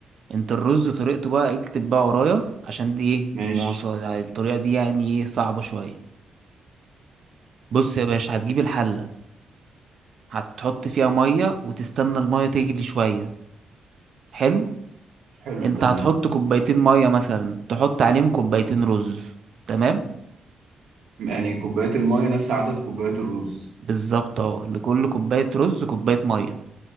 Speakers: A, on the right; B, on the right.
A: انت الرز طريقته بقى اكتب بقى ورايا عشان دي ايه
B: ماشي
A: مواصل الطريقة دي يعني ايه صعبة شوية بص يا باشا هتجيب الحلة هتحط فيها مية وتستنى المية تغلي شوية حلو
B: حلو
A: انت
B: تمام
A: هتحط كوبايتين مية مثلا تحط عليهم كوبايتين رز تمام
B: يعني كوبايات الميه نفس عدد كوبايات الرز
A: بالظبط اه لكل كوباية رز كوباية مية